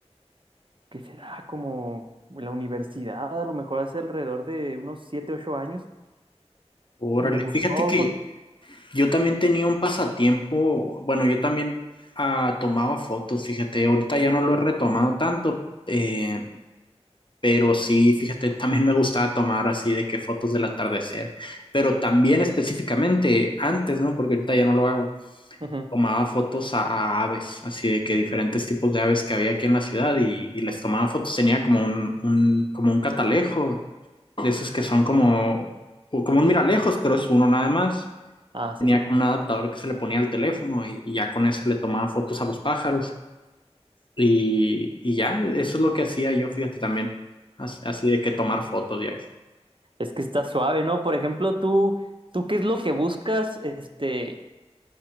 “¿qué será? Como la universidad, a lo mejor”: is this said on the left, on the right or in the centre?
Right